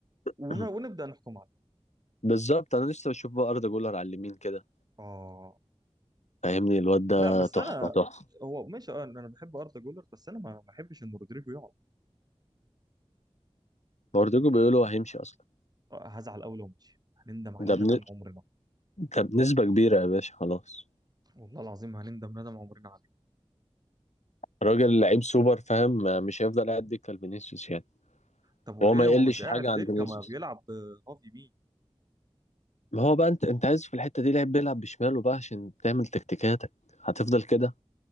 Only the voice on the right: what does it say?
ون... ونبدا نحكم عليه
اه
لا بس
انا
هو ماشي اه انا بحب اردا جولر بس انا ما ما بحبش ان رودريجو يقعد
آه، هزعل قوي لو مشي هنندم عليه
ندم
عمرنا
والله العظيم هنندم ندم عمرنا عليه
طب وليه
هو
مش قاعد
دكه
ما بيلعب آه، هافي مين